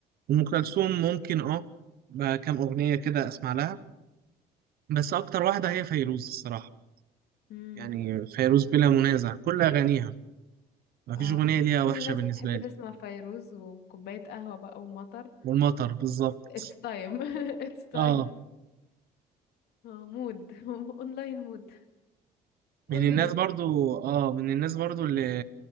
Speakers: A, on the right; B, on the left.
A: أم كلثوم ممكن أه بقى كام أغنية كده أسمع لها بس أكتر واحدة هي فيروز الصراحة
B: مم.
A: يعني فيروز بلا منازع كل أغانيها ما
B: اه
A: فيش أغنية ليها
B: كل
A: وحشة
B: الناس
A: بالنسبة
B: بتحب
A: لي
B: تسمع فيروز وكوباية قهوة بقى ومطر
A: والمطر بالظبط
B: it's time <laughs> it's time
A: اه
B: اه مود <laughs> اونلاين مود
A: من
B: اون
A: الناس
B: مود
A: برضو اه من
B: <laughs>
A: الناس
B: اه
A: برضو اللي